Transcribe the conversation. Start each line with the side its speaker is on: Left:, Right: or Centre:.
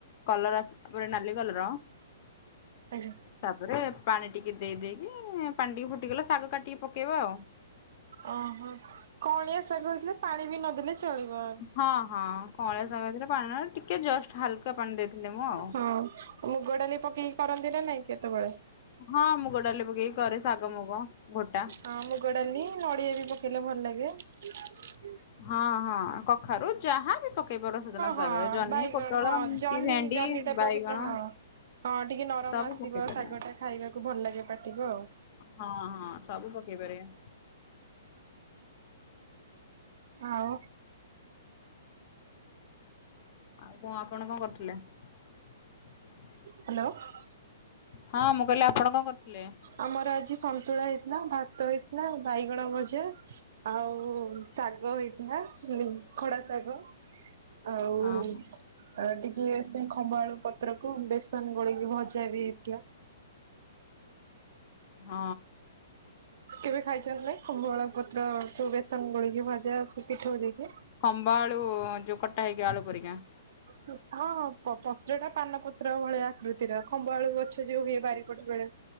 Left: କଲର୍, ଆସିଲା ପରେ ନାଲି କଲର୍
Right: ଆଜ୍ଞା।
Left: ତାପରେ ପାଣି ଟିକେ ଦେଇ ଦେଇକି, ଏଁ ପାଣି ଟିକେ ଫୁଟିଗଲେ ଶାଗ କାଟିକି ପକେଇବା ଆଉ।
Right: ଓହୋ, କଅଁଳିଆ ଶାଗ ହେଇଥିଲେ ପାଣି ବି ନଦେଲେ ଚଳିବ,
Left: ହଁ ହଁ କଅଁଳା ଶାଗ ହେଇଥିଲା ପାଣି ନା ଟିକେ ଜଷ୍ଟ ହାଲକା ପାଣି ଦେଇଥିଲି ମୁଁ ଆଉ।
Right: ହଁ। ମୁଗ ଡାଲି ପକେଇକି କରନ୍ତି ନା ନାଇଁ କେତେବେଳେ?
Left: ହଁ ମୁଗ ଡାଲି ପକେଇକି କରେ ଶାଗ ମୁଗ ଗୋଟା।
Right: ହଁ ମୁଗ ଡାଲି ନଡ଼ିଆ ବି ପକେଇଲେ ଭଲ ଲାଗେ। ହଁ,
Left: ହଁ ହଁ କଖାରୁ ଯାହା ବି ପକେଇ ପାର ସୁଜନା ଶାଗରେ
Right: ହଁ
Left: ଜହ୍ନି
Right: ବାଇଗଣ
Left: ପୋଟଳ
Right: ହଁ
Left: ଉଁ,
Right: ଜହ୍ନି
Left: କି ଭେଣ୍ଡି
Right: ଜହ୍ନି ସେ
Left: ବାଇଗଣ
Right: କରିବ ହଁ, ହଁ ଟିକେ ନରମ
Left: ସବୁ
Right: ଆସିବ
Left: ପକେଇ ପାରିବ।
Right: ଶାଗ ଟା ଖାଇବାକୁ ଭଲ ଲାଗେ ପାଟିକୁ ଆଉ।
Left: ହଁ, ହଁ ସବୁ ପକେଇ ପାରିବେ।
Right: ଆଉ
Left: ଆଉ କଣ ଆପଣ କଣ କରୁଥିଲେ?
Right: ହ୍ୟାଲୋ।
Left: ହଁ ମୁଁ କହିଲି ଆପଣ କଣ କରୁଥିଲେ?
Right: ଆମର ଆଜି ସନ୍ତୁଳା ହେଇଥିଲା, ଭାତ ହେଇଥିଲା, ବାଇଗଣ ଭଜା, ଆଉ ଶାଗ ହେଇଥିଲା ଉଁ, ଖଡା ଶାଗ, ଆଉ
Left: ହଁ
Right: ଆ, ଟିକେ ସେଥିପାଇଁ ଖମ୍ବଆଳୁ ପତ୍ରକୁ ବେସନ ଗୋଳେଇକି ଭଜା ବି ହେଇଥିଲା।
Left: ହଁ।
Right: କେବେ ଖାଇଛନ୍ତି ନାଇଁ ଖୁମ୍ବଆଳ ପତ୍ର ସବୁ ବେସନ ଗୋଳେଇକି ଭଜା ସେ ପିଠଉ ଦେଇକି।
Left: ଖମ୍ବ ଆଳୁ ଯୋ କଟା ହେଇକି ଆଳୁ ପରିକା।
Right: ହୁଁ, ହଁ, ହଁ ପ-ପତ୍ର ଟା ପାନ ପତ୍ର ଭଳିଆ ଆକୃ ସେଇଟା ଖମ୍ବ ଆଳୁ ଗଛ ଯୋଉ ହୁଏ ବାରିପଟ ବେଳେ।